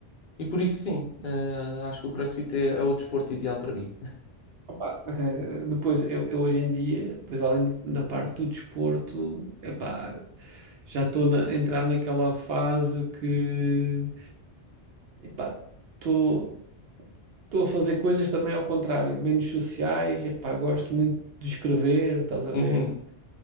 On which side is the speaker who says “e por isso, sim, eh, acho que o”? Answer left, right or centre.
Left